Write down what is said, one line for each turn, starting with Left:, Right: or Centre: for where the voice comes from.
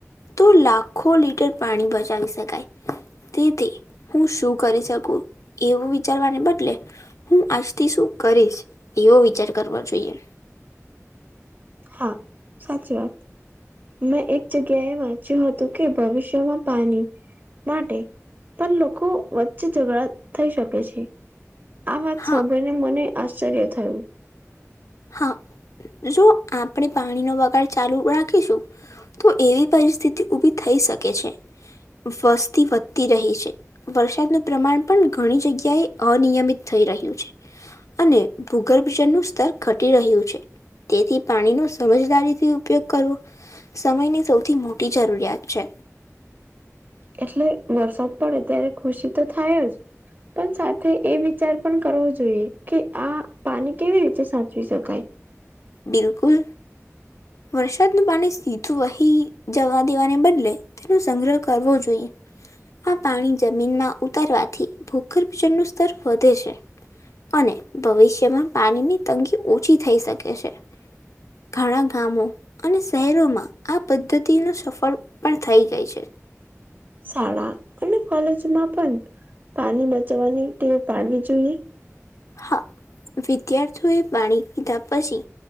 Left: તો લાખો લીટર પાણી બચાવી શકાય. તેથી હું શું કરી શકું એવું વિચારવાને બદલે હું આજથી શું કરીશ એવો વિચાર કરવો જોઈએ.
Right: હા સાચી વાત મેં એક જગ્યાએ વાંચ્યું હતું કે ભવિષ્યમાં પાણી માટે પણ લોકો વચ્ચે ઝઘડા થઈ શકે છે. આ વાત
Left: હા
Right: સાંભળીને મને આશ્ચર્ય થયું.
Left: હા જો આપણેે પાણી નો બગાડ ચાલુ રાખીશું. તો એવી પરિસ્થિતિ ઉભી થઈ શકે છે વસ્તી વધતી રહી છે. વરસાદનું પ્રમાણ પણ ઘણી જગ્યાએ અનિયમિત થઈ રહ્યું છે. અને ભૂગર્ભજનનું સ્તર ઘટી રહ્યું છે તેથી પાણીનો સમજદારીથી ઉપયોગ કરવો સમયની સૌથી મોટી જરૂરિયાત છે.
Right: એટલે વરસાદ પડે ત્યારે ખુશી તો થાય જ પણ સાથે એ વિચાર પણ કરવો જોઈએ કે આ પાને કેવી રીતે સાચવી શકાય.
Left: બિલકુલ વરસાદ નું પાણી સીધું વહી જવા દેવાને બદલે તેનો સંગ્રહ કરવો જોઈએ. આ પાણી જમીનમાં ઉતારવાથી ભૂગર્ભ જળનું સ્તર વધે છે. અને ભવિષ્યમાં પાણીની તંગી ઓછી થઈ શકે છે. ઘણા ગામો અને શહેરોમાં આ પદ્ધતિ ન સફળ પણ થઈ ગઈ છે.
Right: શાળા અને કોલેજમાં પણ પાણી બચવાની ટેવ પાડવી જોઈએ.
Left: હા વિદ્યાર્થીઓ એ પાણી પીધા પછી